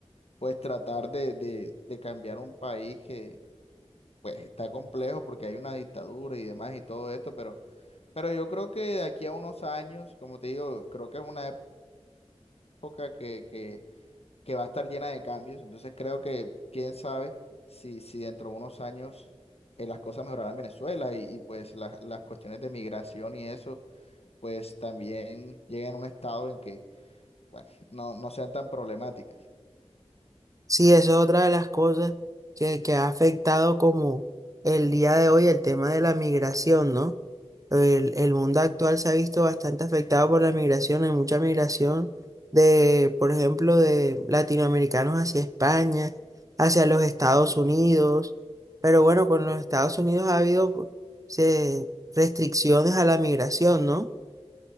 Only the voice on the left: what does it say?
pues, tratar de, de, de cambiar un país que, pues, está complejo porque hay una dictadura y demás y todo esto, pero, pero yo creo que de aquí a unos años, como te digo, creo que es una época que, que que va a estar llena de cambios. Entonces creo que quién sabe si, si dentro de unos años eh, las cosas mejorarán en Venezuela y, y, pues las las cuestiones de migración y eso, pues también lleguen a un estado en que, bueno, no, no sean tan problemáticas.